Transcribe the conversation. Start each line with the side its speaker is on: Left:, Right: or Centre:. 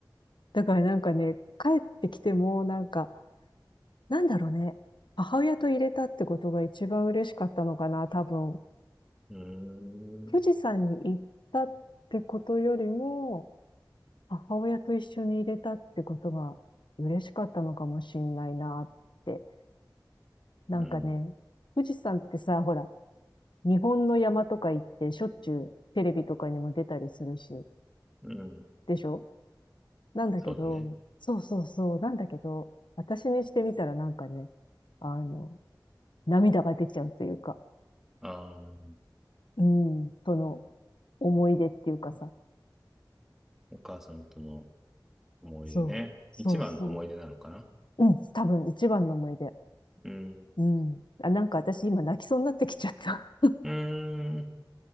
Left: だからなんかね、帰ってきても、なんか、なんだろうね。母親と入れたってことが一番嬉しかったのかな、多分。
Centre: うーん。
Left: 富士山に行ったってことよりも、母親と一緒に入れたってことが嬉しかったのかもしんないなって。なんかね、
Centre: うん。
Left: 富士山ってさ、ほら、日本の山とか行ってしょっちゅうテレビとかにも出たりするし、
Centre: うん。
Left: でしょなんだけど、
Centre: そうだね。
Left: そうそうそう、なんだけど、私にしてみたらなんかね、あの、涙が出ちゃうというか、
Centre: ああ、
Left: うん、その思い出っていうかさ、
Centre: お母さんとの思い出ね。
Left: そう、そうそ
Centre: 一番の思い出なのかな。
Left: う、うん、多分一番の思い出。
Centre: うん。
Left: うん。あ、なんか私今泣きそうになってきちゃった。
Centre: うーん。